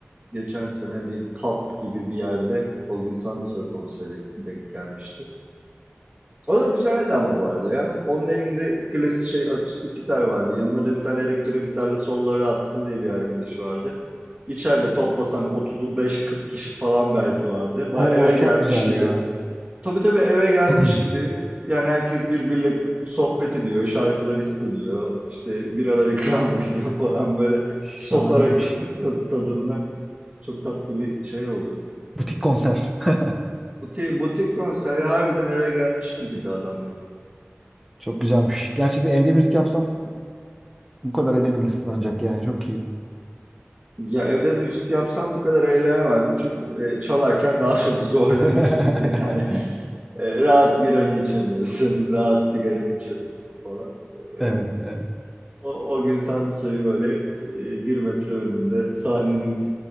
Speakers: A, on the right (about 25°); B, in the centre.
A: geçen sene bir pub gibi bir yerde Olgun Sandısoy konseri denk gelmişti. O da güzeldi ama bu arada ya. Onun elinde klasik şey akustik gitar vardı. Yanına da bir tane elektro gitarla solları atsın diye bir arkadaşı vardı. İçeride toplasan 35-40 kişi falan belki vardı. Baya
B: <clears throat> Oo
A: eve
B: çok
A: gelmiş
B: güzel
A: gibi
B: ya.
A: Tabii tabii eve gelmiş
B: <clears throat>
A: gibi yani herkes birbiriyle sohbet ediyor, şarkılar isteniyor, işte biralar <laughs> ikram ediliyor falan böyle
B: Şahaneymiş.
A: sofar akustik tadı tadında çok tatlı bir şey oldu.
B: Butik konser. <laughs>
A: Butik, butik konseri harbiden eve gelmiş gibiydi adam yani.
B: Çok güzelmiş. Gerçekten evde müzik yapsan bu kadar eğlenebilirsin ancak yani çok iyi.
A: Ya evde müzik yapsam bu kadar eğlenemezdim çünkü e, çalarken daha çok zorlanıyorsun
B: <laughs>
A: <laughs> yani e, rahat biranı içemiyorsun, rahat sigaranı içemiyorsun falan. E,
B: Evet, evet.
A: O, o gün Sanso'yu böyle e, bir metre önünde sahnenin